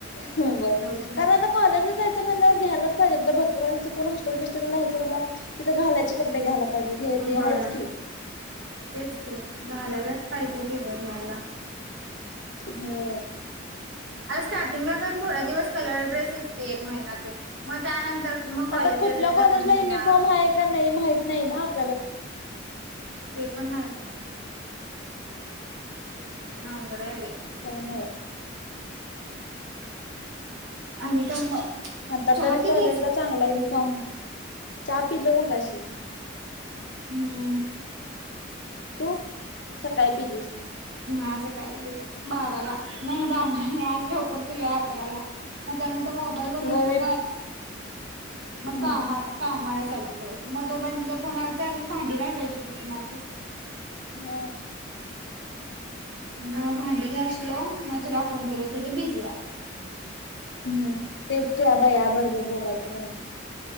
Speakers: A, on the left; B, on the right.
A: व्हय.
B: जाऊदे.
A: कारण आता कॉलेजला जायचं म्हणल्यावर घ्यायलाचं पोर आहेत ग भरपूर आणि चुकून हॉस्टेल बिस्टेलला राहायचं म्हटल्यावर तिथं घालायचे कपडे घ्यायला पाहिजेत हे
B: होय
A: ते आहेच की.
B: तेच की घालायलाच पाहिजे की ग घ्यायला.
A: हो.
B: आता स्टार्टिंगला पण थोडया दिवस कलर ड्रेसच की एक महिनाभर मग त्यानंतर मग कॉलेजचा
A: आता कुठल्या
B: ड्रेस
A: कॉलेजला
B: आपण घेणार.
A: युनिफॉर्म आहे का नाही माहित नाही ना आप
B: ते पण माहित आहे. हा अनंगकडे बे.
A: दामो.
B: आणि का मग.
A: आता
B: चहा
A: तरी
B: पिलीस?
A: कॉलेजला चांगला युनिफॉर्म चहा पिलो मगा अशी.
B: हम्म.
A: तू सकाळी पिलीस.
B: हा असं काहील तुला बाराला नाही बारा नाही आज लवकर पिलो अकराला. मग त्यानंतर मोबर बघितलो
A: व्हय मी
B: काय मग
A: हम्म
B: काम. काम मला चालू करात मग तो पई त फोनवर अजून भांडी घासायची होती माझी.
A: हा.
B: मग भांडी घ असलो मग तुला फोन केल तुझं बिझी आहे आता.
A: हम्म तेच ते अबा या बरोबर बोलाल ते म्हणून.